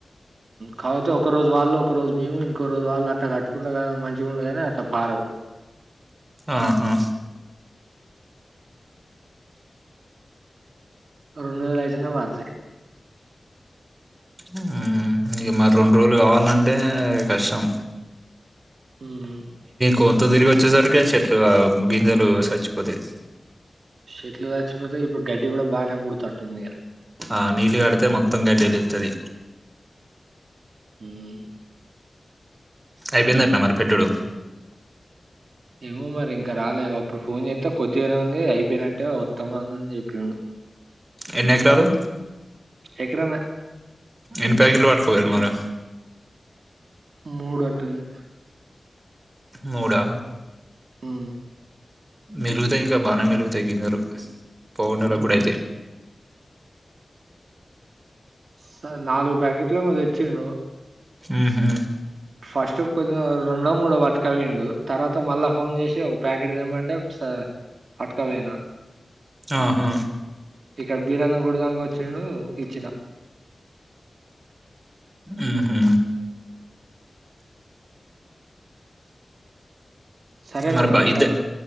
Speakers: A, on the right; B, on the right.
A: కాకపోతే ఒక రోజు వాళ్ళు ఒకరోజు మేము ఇంకో రోజు వాళ్ళు అట్ట కట్టుకుంట కాని మంచి ఉండగానే అట్లా పారవు.
B: ఆహా
A: రొండువేల ఐదున్న మార్తయ్
B: ఊమ్ ఇగ మరి రొండ్రోజ్లు కావాల్నంటే కష్టం
A: ఊమ్
B: కొంత దిరిగొచ్చేసర్కె చెట్లు అ గింజెలు సచ్చిపోతయ్
A: షెట్లు సచ్చిపోతయ్ ఇప్పుడు గడ్డి గూడ బానే బుడుతాంటుందిగ
B: ఆ నీల్లుగాడితే మొత్తం గడ్డిలేత్తది
A: ఊమ్
B: అయ్పెయిందట్న మరి పెట్టుడు
A: ఏమొ మరింక రాలే ఇగొ అప్పుడ్ ఫోన్ జేత్తే కొద్దిగనె ఉంది అయ్పెయినట్టె వొత్తమనిన్ జెప్పిండు
B: ఎన్నెక్రాలు
A: ఎకరమె
B: ఎని ప్యాకిట్లు పట్కొపొయ్రు మరి
A: మూడు అట్టుంది
B: మూడా
A: ఊమ్
B: మెలుగుతాయింక బానే మెలుగుతాయ్ గింజలు పోగుండెల
A: హ్మ్.
B: గుడైతయ్
A: సా నాలుగు ప్యాకెట్లేమొ దెచ్చిండు
B: ఊహు
A: ఫస్ట్ కొంచం రెండొ మూడొ పట్టుక పొయ్ండు తర్వాత మళ్ళ ఫోన్ జేషి ఒక ప్యాకిట్ దెమ్మంటె ఒక్స పట్కవెయ్నా
B: ఆహా
A: ఇక్కడ బీరన్న గుడిదంకొచ్చిండూ ఇచ్చిన
B: ఊహూ
A: సరేనా
B: మరి బైద్దె
A: ఉంటానా.